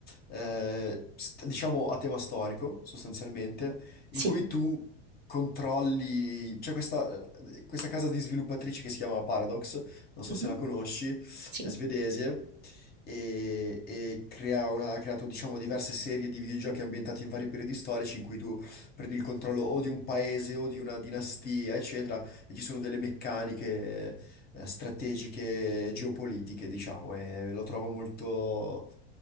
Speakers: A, on the left; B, on the right.
A: Eh, st- diciamo a tema storico, sostanzialmente in
B: Sì,
A: cui tu controlli, c'è questa, questa casa di sviluppatrici che si chiama Paradox, non so
B: Mhm.
A: se la conosci,
B: Sì,
A: è svedese e, e crea una- ha creato diciamo diverse serie di videogiochi ambientati in vari periodi storici in cui tu prendi il controllo o di un paese o di una dinastia, eccetera, e ci sono delle meccaniche eh, strategiche geopolitiche, diciamo, e lo trovo molto,